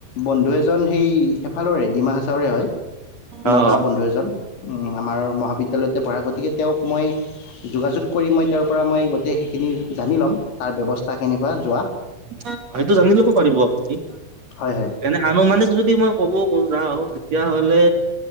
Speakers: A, on the left; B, on the right.
A: বন্ধু এজন সেই সেফালৰে ডিমা হাচাউৰে হয়
B: অ', অ',
A: নগা বন্ধু এজন। আমাৰ মহাবিদ্যালয়তে পঢ়া গতিকে তেওঁক মই যোগাযোগ। কৰি মই তাৰ পৰা মই গোটেই সেইখিনি। জানি ল'ম। তাৰ ব্যৱস্থা কেনেকুৱা যোৱা।
B: সেইটো জানি লব পাৰিব আপুনি
A: হয় হয়
B: এনে আনো মানেো যদি মই কব। যাও তেতিয়াাহলে